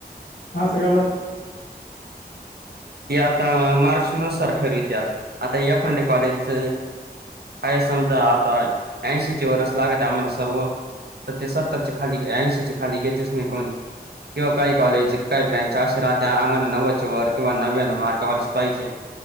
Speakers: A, on the left; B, on the right.
A: ह स खबर
B: ती आता मारक नुसार ठरलीत्या आता एखंडे कॉलेजच अ समजा आता ऐंशी ची वरष लागत आम्हाला सर्व तर ते सत्तर खाली ऐंशी खाली घेतच म कोणी किंवा काही कॉलेज काही ब्रँच असे राहत आम्हाला नव्दचे वर्ग- किंवा नव्यान मार्कावालाच पाहिजे